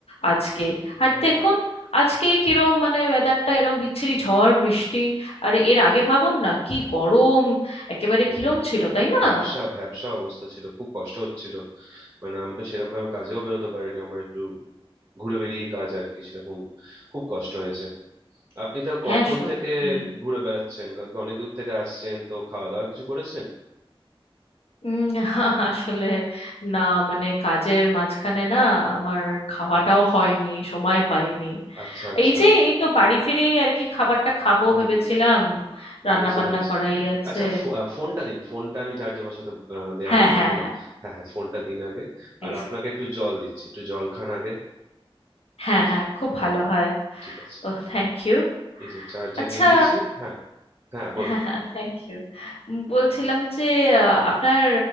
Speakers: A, on the left; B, on the right.
A: আজকে
B: হুম
A: আর দেখুন আজকে কিরম মানে ওয়েদারটা এরম বিচ্ছিরি ঝড় বৃষ্টি আর এর আগে ভাবুন না কি গরম একেবারে
B: হুম
A: কিরম ছিল তাই না
B: ভ্যাবসা ভ্যাবসা অবস্থা ছিল খুব কষ্ট হচ্ছিল মানে আমি তো সেরকম ভাবে কাজেও বেরোতে পারিনি আমার একটু ঘুরে বেরিয়ে কাজ আর কি সেরকম খুব কষ্ট হয়েছে আপনি তো
A: হ্যাঁ
B: কখন
A: সত্যি
B: থেকে ঘুরে বেড়াচ্ছেন কারণ কি অনেক দূর থেকে আসছেন তো খাওয়া দাওয়া কিছু করেছেন
A: উম, <laughs> আসলে না মানে কাজের মাঝখানে না আমার খাওয়াটাও
B: হুম,
A: হয়নি সময় পাইনি
B: আচ্ছা আচ্ছা
A: এই যে এই তো বাড়ি ফিরেই আর কি খাবারটা খাবো
B: হুম
A: ভেবেছিলাম রান্না
B: বুঝতে
A: বান্না
B: পেরেছি
A: করাই আছে
B: আচ্ছা ফো- আহ, ফোনটা দিন ফোনটা আমি চার্জে বসাতে আহ, দেওয়া
A: হ্যাঁ
B: হয়নি
A: হ্যাঁ
B: এখনো
A: হ্যাঁ
B: হ্যাঁ হ্যাঁ ফোনটা দিন আগে
A: প্লিজ
B: আর আপনাকে একটু জল দিচ্ছি একটু জল খান আগে
A: হ্যাঁ
B: এই
A: হ্যাঁ
B: যে
A: খুব
B: হ্যাঁ
A: ভালো হয়
B: ঠিক আছে
A: ও থ্যাংক
B: হ্যাঁ
A: ইউ
B: এই যে চার্জে
A: আচ্ছা
B: দিয়ে দিয়েছি হ্যাঁ হ্যাঁ বলুন
A: হ্যাঁ হ্যাঁ থ্যাংক ইউ বলছিলাম যে আহ, আপনার